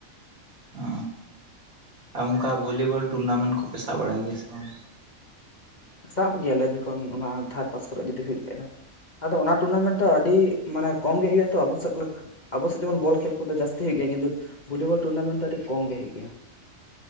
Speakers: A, on the right; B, on the left.
A: ᱚ ᱟᱨ ᱚᱱᱠᱟ ᱵᱷᱚᱞᱤᱵᱚᱞ ᱴᱩᱨᱱᱟᱢᱮᱱᱴ ᱠᱚᱯᱮ ᱥᱟᱵ ᱵᱟᱲᱟᱭ ᱜᱮᱭᱟ ᱥᱮ ᱵᱟᱝ?
B: ᱥᱟᱵ ᱜᱮᱭᱟᱞᱮ ᱡᱚᱠᱷᱚᱱ ᱚᱱᱟ ᱫᱷᱟᱨ ᱯᱟᱥ ᱠᱚᱨᱮ ᱡᱩᱫᱤ ᱦᱩᱭᱩᱜ ᱠᱷᱟᱡ ᱫᱚ᱾ ᱟᱫᱚ ᱚᱱᱟ ᱴᱩᱨᱱᱟᱢᱮᱱᱴ ᱫᱚ ᱟᱹᱰᱤᱜ ᱢᱟᱱᱮ ᱠᱚᱢ ᱜᱮ ᱦᱩᱭᱩᱜ ᱟᱛᱚ ᱟᱵᱚ ᱥᱮᱫ ᱞᱮᱠᱟ ᱟᱵᱚ ᱥᱮᱫ ᱡᱮᱢᱚᱱ ᱵᱚᱞ ᱠᱷᱮᱞ ᱠᱚᱫᱚ ᱡᱟᱹᱥᱛᱤ ᱦᱩᱭᱩᱜ ᱜᱮᱭᱟ ᱠᱤᱱᱛᱩ ᱵᱷᱚᱞᱤᱵᱚᱞ ᱴᱩᱨᱱᱟᱢᱮᱱᱴ ᱫᱚ ᱟᱹᱰᱤ ᱠᱚᱢ ᱜᱮ ᱦᱩᱭᱩᱜ ᱜᱮᱭᱟ᱾